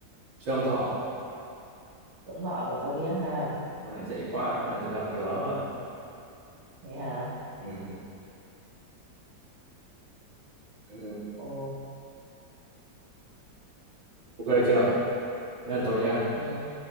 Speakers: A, on the right; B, on the right.
A: trường Thọ.
B: cũng nọ của sao biết ha
A: Con này dễ quá, con này tôi gặp nhiều lắm rồi.
B: thế hả
A: Ừ. Ừ.
B: ồ
A: Ok chưa? Thế là tôi nha.
B: ok